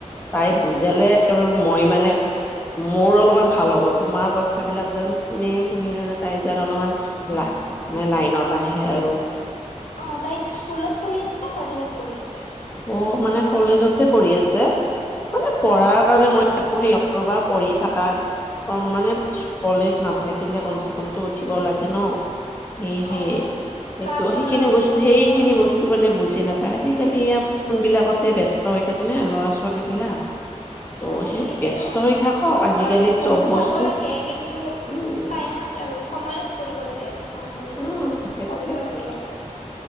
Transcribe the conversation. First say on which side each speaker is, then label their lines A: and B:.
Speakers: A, on the left; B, on the left.
A: তাই বুজালে আৰু মই মানে মোৰ অলপমান ভাল হ'ব। তোমাৰ কথাবিলাক যেন শুনে, শুনি কিনে তাই যেন অলমান লা ইনত আহে আৰু।
B: অঁ, তাই স্কুলত পঢ়ি আছে নে, কলেজত পঢ়ি আছে?
A: অ', মানে কলেজতে পঢ়ি আছে, মানে পঢ়াৰ কাৰণে মই একো সেই ন কৰ'বা পঢ়ি থাকা। ক'ম মানে, কলেজ নাথাকিলে কমচেকম টো উঠিব লাগে ন'। এই সেয়ে,
B: অ
A: সেইটো
B: বা অকনমান
A: সেইখিনি বস্তু,
B: ধৰি
A: সেইখিনি
B: ল
A: বস্তু সেটো মানে বুজি নাপায়। আজিকালি এয়া ফোন বিলাকতে ব্যস্ত হৈ থাকে নে ল'ৰা ছোৱালী বিলাক। <inaudible>
B: অঁ, সেয়েটো।
A: ব্যস্ত হৈ থাকক আজিকালি
B: নহয় ফোন
A: চব
B: চাব
A: বস্তু
B: লাগে কিন্তু
A: উম
B: টাইমত আৰু‌ সময়ত কৰিব লাগে, এ যে কামবোৰ,
A: উম
B: যিবিলাক
A: সেইটোয়েতো
B: কৰিব লাগে আৰু।